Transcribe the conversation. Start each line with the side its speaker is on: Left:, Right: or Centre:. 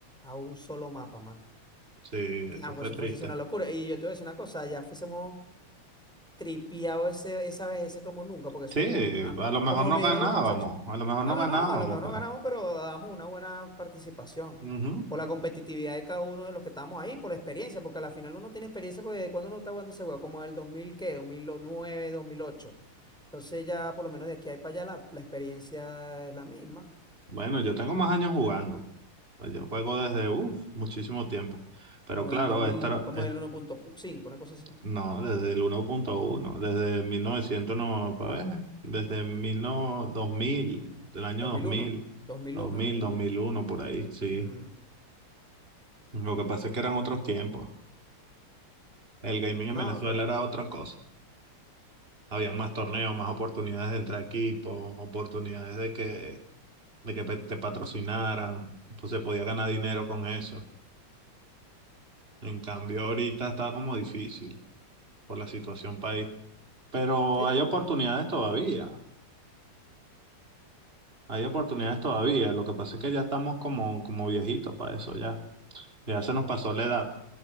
Centre: a un solo mapa, mano.
Right: Sí, eso
Centre: Ah, güey,
Right: fue
Centre: eso
Right: triste.
Centre: fuese una locura. Y yo te voy a decir una cosa, ya fuésemos. tripeado ese, esa vez, ese como nunca, porque eso
Right: Sí,
Centre: es un... ah,
Right: a lo mejor
Centre: Como
Right: no
Centre: me
Right: ganábamos,
Centre: dijeron los muchachos.
Right: a lo mejor
Centre: No,
Right: no
Centre: no,
Right: ganábamos,
Centre: no, a lo mejor
Right: pero...
Centre: no ganamos, pero damos una buena participación.
Right: ujú.
Centre: Por la competitividad de cada uno de los que estamos ahí, por la experiencia, porque a la final uno tiene experiencia, porque de cuando uno está jugando ese juego, como en el dos mil ¿qué? dos dos mil nueve dos mil ocho Entonces ya por lo menos de aquí a para allá la, la experiencia es la misma.
Right: Bueno, yo tengo más años jugando. Pues yo juego desde, uff, muchísimo tiempo. Pero
Centre: no
Right: claro,
Centre: el 2000,
Right: esta,
Centre: como el uno punto cinco una cosa así.
Right: No, desde el uno punto uno desde 1900 no, para ver, desde mil no 2000 del año
Centre: dos
Right: dos
Centre: mil
Right: dos mil
Centre: uno, dos mil
Right: dos
Centre: uno,
Right: mil
Centre: dos mil
Right: dos
Centre: uno
Right: mil uno por ahí, sí.
Centre: 2001, 2001, 2001. Mm,
Right: Lo que pasa es que eran otros tiempos. El gaming
Centre: no,
Right: en Venezuela
Centre: claro.
Right: era otra cosa. Había más torneos, más oportunidades de entre equipos, oportunidades de que, de que pe- te patrocinaran. Entonces podía ganar dinero con eso. En cambio, ahorita está como difícil por la situación país. Pero
Centre: Sí.
Right: hay oportunidades todavía. Hay oportunidades todavía, lo que pasa es que ya estamos como, como viejitos para eso, ya. Ya se nos pasó la edad.